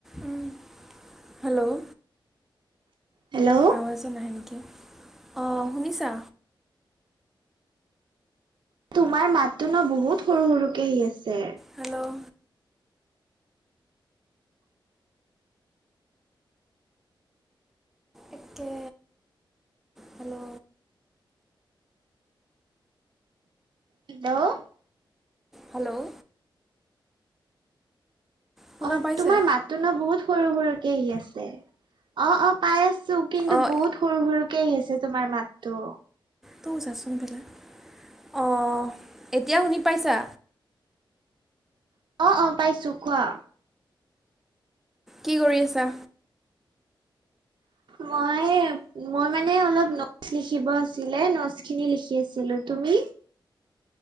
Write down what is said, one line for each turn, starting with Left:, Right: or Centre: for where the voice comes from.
Centre: উম, হেল্ল'
Right: হেল্ল'
Centre: আৱাজে নাহে নেকি অঁ শুনিছা?
Right: তোমাৰ মাততো ন বহুত সৰু সৰু কে আহি আছে।
Centre: হেল্ল' একে হেল্ল'
Right: হেল্ল'
Centre: হেল্ল' শুনা
Right: অ'
Centre: পাইছে
Right: তোমাৰ মাতটো ন বহুত সৰু সৰুকে আহি আছে অ অ পাই আছো। ছো কিন্তু
Centre: অঁ
Right: বহুত সৰু সৰুকে আহিছে তোমাৰ মাততো।
Centre: তৌ যাচোন বেলা অঁ এতিয়া শুনি পাইছা?
Right: অ'অ' পাইছো কোৱা
Centre: কি কৰি আছা?
Right: মই মই মানে অলপ নটচ লিখিব আছিলে নচ খিনি লিখি আছিলো, তুমি?